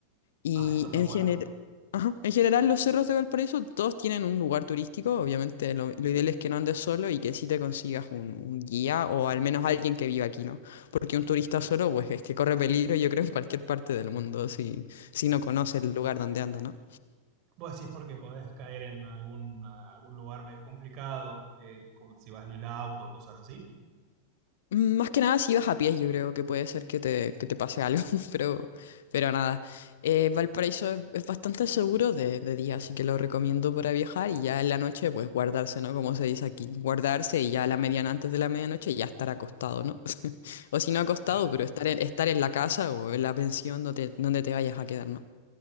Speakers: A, on the left; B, on the right.
A: Y
B: Ah, eso está
A: en
B: bueno.
A: general, en general los cerros de Valparaíso todos tienen un lugar turístico. Obviamente lo, lo ideal es que no andes solo y que sí te consigas un, un guía o al menos alguien que viva aquí, ¿no? Porque un turista solo, pues es que corre peligro, yo creo, en cualquier parte del mundo si, si no conoce el lugar donde anda, ¿no?
B: Vos decís porque podés caer en algún, algún lugar medio complicado, eh, con- si vas en el auto, cosas así.
A: Mm, Más que nada si ibas a pies, yo creo que puede ser que te, que te pase algo, <laughs> pero, pero nada. Eh, Valparaíso es, es bastante seguro de, de día, así que lo recomiendo para viajar y ya en la noche, pues guardarse, ¿no? Como se dice aquí, guardarse y ya a la mediana, antes de la medianoche, ya estar acostado, ¿no? <laughs> O si no acostado,
B: Claro,
A: pero estar en, estar en la casa o en la pensión donde, donde te vayas a quedar, ¿no?